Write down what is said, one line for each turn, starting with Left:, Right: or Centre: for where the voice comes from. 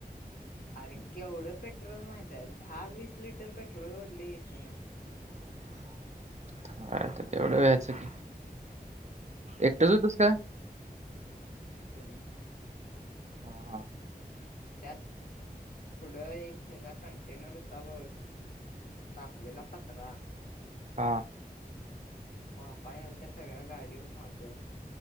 Left: अरे केवढं पेट्रोल माहित आहे दहा वीस लिटर पेट्रोल घढली एसी न
Right: हे हा हा तर तेवढं व्यायचं की एकटंच होतस का
Left: होय कस तोी
Right: ह हा
Left: आणि त्यात पुढं एक ह्याचा कंटेनर होता बघ तापलेला पत्र
Right: हा.
Left: त्याच्या वापा यालत्या सगळ्या गाडीवर मागे